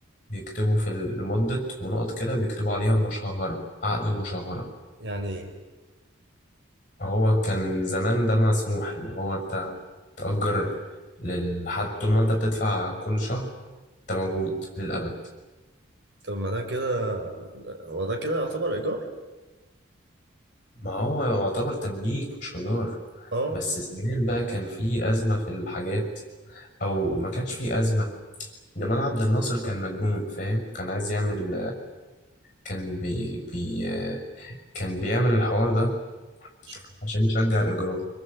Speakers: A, on the left; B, on the right.
A: بيكتبوا في لمدة ونقط كده بيكتبوا عليها مشاهرة عقد مشاهرة
B: يعني ايه؟
A: هو كان زمان ده مسموح اللي هو انت تأجر لحد طول ما انت بتدفع كل شهر انت موجود للأبد
B: طب ما ده كده هو ده كده يعتبر إيجار؟
A: ما هو يعتبر تمليك مش إيجار
B: اه
A: بس زمان بقى كان في أزمة في الحاجات أو ما كانش في أزمة جمال عبد الناصر كان مجنون فاهم كان عايز يعمل كان بي, بي كان بيعمل الحوار ده
B: شوف.
A: عشان يشجع الإيجارات